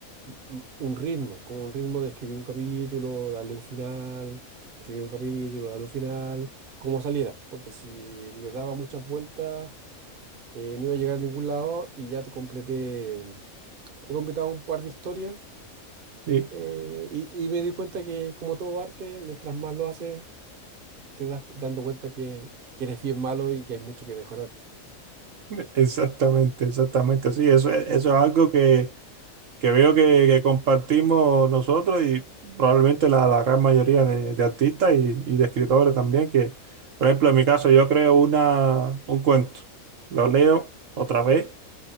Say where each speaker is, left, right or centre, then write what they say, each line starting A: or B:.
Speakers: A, on the right; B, on the right.
A: un un ritmo, como un ritmo de escribir un capítulo, darle un final, escribir un capítulo, darle un final, como saliera, porque si le daba muchas vueltas, eh, no iba a llegar a ningún lado y ya te completé, he completado un par de historias
B: Sí.
A: eh, y, y me di cuenta que como todo arte, mientras más lo haces, te das dando cuenta que, que eres bien malo y que hay mucho que mejorar.
B: <laughs> Exactamente, exactamente. Sí, eso, es- eso es algo que, que veo que, que compartimos nosotros y probablemente la, la gran mayoría de, de artistas y, y de escritores también, que, por ejemplo, en mi caso, yo creo una, un cuento, lo leo otra vez.